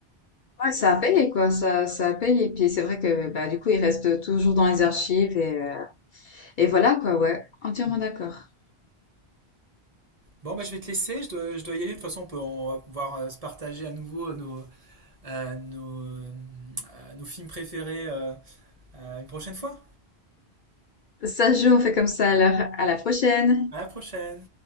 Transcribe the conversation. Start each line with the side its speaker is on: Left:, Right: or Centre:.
Left: Ouais, ça a payé, quoi, ça, ça a payé. Puis c'est vrai que bah, du coup, il reste toujours dans les archives et, euh, et voilà, quoi, ouais, entièrement
Right: Mm.
Left: d'accord.
Right: Bon, bah, je vais te laisser, je dois, je dois y aller. De toute façon, on peut on va pouvoir euh, se partager à nouveau nos, euh, nos, euh, nos films préférés euh, euh, une prochaine fois.
Left: Ça se joue, on fait comme ça alors, à la prochaine!
Right: À la prochaine!